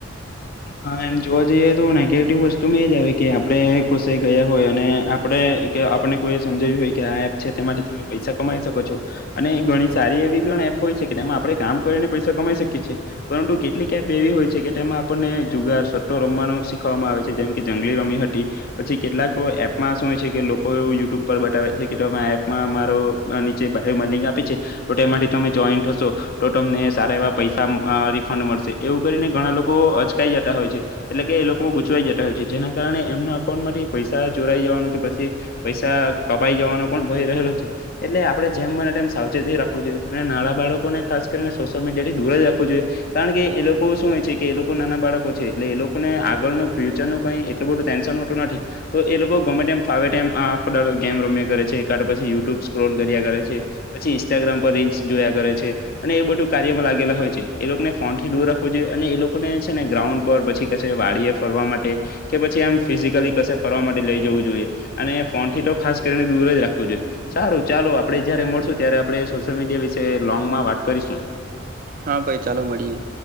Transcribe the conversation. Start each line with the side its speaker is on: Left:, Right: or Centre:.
Left: હા એમ જોવા જઈએ તો, નેગેટિવ વસ્તુમાં એજ આવે કે આપડે કોસાઈ ગયા હોય અને આપડે કે આપણે કોઈ સમજાવ્યું હોય કે. આ એપ છે. તે માટે તમે પૈસા કમાઈ શકો છો. અને ઘણી સારી એવી ને એપ હોય છે કે તેમાં આપડે કામ કરીને પૈસા કમાઈ શકીએ છીએ. પરંતુ કેટલીક એપ એવી હોય છે. કે તેમાં આપણને જુગાર સટ્ટો રમવાનું શીખવામાં આવે છે. જેમ કે જંગલી રમી હતી પછી કેટલાક એપમાં શું હોય છે કે લોકો એવ યુટ્યુબ પર બતાવે છે. કે આ એપમાં મારો નીચેમાં લિંક આપી છે. તો માથી તમે જોઈન થશો તો તમને સારા એવા પૈસા અ રિફંડ મળશે. એવું કરીને ઘણા લોકો થઇ જતા હોય છે. એટલે કે એ લોકો ગૂચવાઈ જતા હોય છે. જેના કારણે એમના અકાઉન્ટ માંથી પૈસા ચોરાઈ જવાનું કે પ સી પૈસા કપાઈ જવાનો પણ ભય રહેલો છે. એટલે આપડે જેમ બને તેમ સાવચેતી રાખવું જોઈએ અને નાના બાળકોને ખાસ કરીને સોશિયલ મીડિયા થી દૂર જ રાખવું જોઈએ. કારણ કે એ લોકો શું હોય છે. કે એ લોકો નાના બાળકો છે. એટલે એ લોકોને આગળનું ફ્યુચર નું કઈ એટલું બધું ટેન્શન હોતું નથી તો એ લોકો ગમે એમ ફા તો ટાઈમ આખો દારો ગેમ રમ્યા કરે છે. કા તો પછી યુટ્યુબ સ્ક્રોલ કર્યા કરે છે. પછી ઇન્સ્ટાગ્રામ પર રિલ્સ જોયા કરે છે. અને એ બધું કાર્યમાં લાગેલા હોય છે. એ લોકોને ફોન થી દૂર રાખવો જોઈએ. અને એ લોકોને ને ગ્રાઉન્ડ પર પછી કશે વાળી એ ફરવા માટે કે પછી એમ ફિઝિકલી કશે ફરવા માટે લઈ જવું જોઈએ. અને ફોન થી તો ખાસ કરીને દૂર જ રાખવું જોઈએ. સારું ચાલો આપડે જયારે મળશું ત્યારે આપડે સોશિયલ મીડ વિશે લોંગ માં વાત કરીશું.
Right: હા! ભાઈ ચાલો મળીએ.